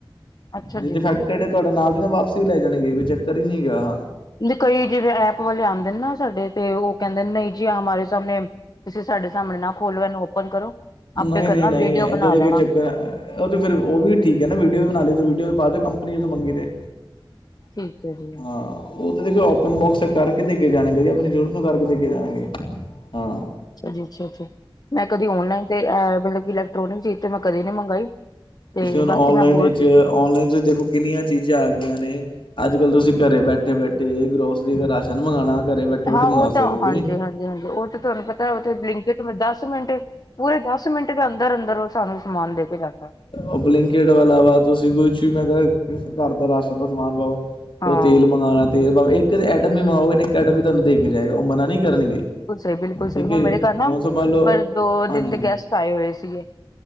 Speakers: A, on the left (about 45°); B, on the left (about 65°).
A: ਅੱਛਾ
B: ਜੇ
A: ਜੀ
B: ਡਫੈਕਟਡ
A: ਠੀਕ
B: ਤੁਹਾਡੇ ਨਾਲ ਦੀ ਨਾ ਵਾਪਸੀ ਲੈ ਜਾਣੀਗੇ ਕੋਈ ਚੱਕਰ ਹੀ ਨਹੀਂ ਹੈਗਾ ਹਾਂ।
A: ਕਈ ਜਿਵੇਂ ਐਪ ਵਾਲੇ ਆਉਂਦੇ ਨੇ ਨਾ ਸਾਡੇ ਤੇ ਉਹ ਕਹਿੰਦੇ ਨਹੀਂ ਜੀ ਹਮਾਰੇ ਸਾਹਮਣੇ ਤੁਸੀਂ ਸਾਡੇ ਸਾਹਮਣੇ ਨਾ ਖੋਲੋ ਇਹਨੂੰ ਓਪਨ ਕਰੋ, ਆਪੇ
B: ਨਹੀਂ-ਨਹੀਂ-ਨਹੀਂ
A: ਕਰਨਾ ਵੀਡੀਓ
B: ਏਦਾਂ
A: ਬਣਾ
B: ਦਾ
A: ਲੈਣਾ।
B: ਕੋਈ ਚੱਕਰ ਉਹ ਤੇ ਫੇਰ ਉਹ ਵੀ ਠੀਕ ਹੈ ਨਾ ਵੀਡੀਓ ਵੀ ਬਣਾ ਲਈ ਲਈ ਤੇ ਵੀਡੀਓ ਪਾ ਦਿਓ ਕੰਪਨੀ ਜਦੋਂ ਮੰਗੀ ਤੇ।
A: ਠੀਕ ਹੈ ਜੀ
B: ਹਾਂ, ਉਹ ਤਾਂ ਦੇਖੋ ਬੋਕਸ ਕਰਕੇ ਦੇ ਕੇ ਜਾਣਗੇ ਜਾਂਦੇ ਆਪਣੀ ਜ਼ਰੂਰਤ ਨੂੰ ਕਰਕੇ ਦੇ ਕੇ ਜਾਣਗੇ, ਹਾਂ।
A: ਅੱਛਾ ਜੀ ਅੱਛਾ-ਅੱਛਾ, ਮੈਂ ਕਦੀ ਔਨਲਾਈਨ ਤੇ ਅ ਮਤਲਬ ਕਿ ਇਲੈਕ੍ਰਿਕ ਚੀਜ਼ ਤੇ ਮੈਂ ਕਦੇ ਨੀ ਮੰਗਾਈ। ਤੇ
B: ਤੁਸੀਂ ਹੁਣ
A: ਬਾਕੀ
B: ਔਨਲਾਈਨ
A: ਮੈਂ ਹੋਰ
B: ਵਿੱਚ
A: ਚੀਜ਼
B: ਔਨਲਾਈਨ ਚ ਦੇਖੋ ਕਿੰਨੀਆਂ ਚੀਜ਼ਾਂ ਆ ਗਈਆਂ ਨੇ। ਅੱਜ ਕੱਲ ਤੁਸੀਂ ਘਰੇ ਬੈਠੇ-ਬੈਠੇ ਗਰੋਸਰੀ ਦਾ ਰਾਸ਼ਨ ਮੰਗਵਾਉਣਾ ਘਰੇ ਬੈਠੇ ਬੈਠੇ
A: ਹਾਂ
B: ਮੰਗਵਾ
A: ਉਹ ਤਾਂ
B: ਸਕਦੇ ਹੋ ਕਿ
A: ਹਾਂਜੀ-ਹਾਂਜੀ
B: ਨਹੀਂ
A: ਹਾਂਜੀ ਉਹ ਤਾਂ ਤੁਹਾਨੂੰ ਪਤਾ ਉਥੇ ਬਲਿੰਨਕਿਟ ਦਸ ਮਿੰਟ ਪੂਰੇ ਦਸ ਮਿੰਟ ਦੇ ਅੰਦਰ-ਅੰਦਰ ਉਹ ਸਾਨੂੰ ਸਮਾਨ ਦੇ ਕੇ ਜਾਂਦਾ।
B: ਉਹ ਬਲਿੰਕੇਟ ਵਾਲ ਵਾ ਤੁਸੀਂ ਕੁਛ ਵੀ ਮੈਂ ਕਿਹਾ ਘਰ ਦਾ ਰਾਸ਼ਨ ਦਾ ਸਮਾਨ ਪਾਓ।
A: ਹਾਂ
B: ਉਹ ਤੇਲ ਮੰਗਾਣਾ ਤੇਲ ਭਾਵੇਂ ਇੱਕ ਆਟਮ ਵੀ ਮੰਗਵਾਓਗੇ ਇੱਕ ਆਟਮ ਵੀ ਤੁਹਾਨੂੰ ਦੇਖ ਕੇ ਜਾਏਗਾ ਉਹ ਮਨਾ ਨਹੀਂ ਕਰਨਗੇ।
A: ਬਿਲਕੁਲ ਸਹੀ ਬਿਲਕੁਲ ਸਹੀ
B: ਠੀਕ
A: ਹੁਣ
B: ਹੈ ਜੀ
A: ਮੇਰੇ ਘਰ ਨਾ,
B: ਹੁਣ ਸਮਝ ਲਓ
A: ਪਰ ਦੋ ਦਿਨ
B: ਹਾਂਜੀ
A: ਦੇ
B: ਜੀ
A: ਗੈਸਟ ਆਏ ਹੋਏ ਸੀਗੇ।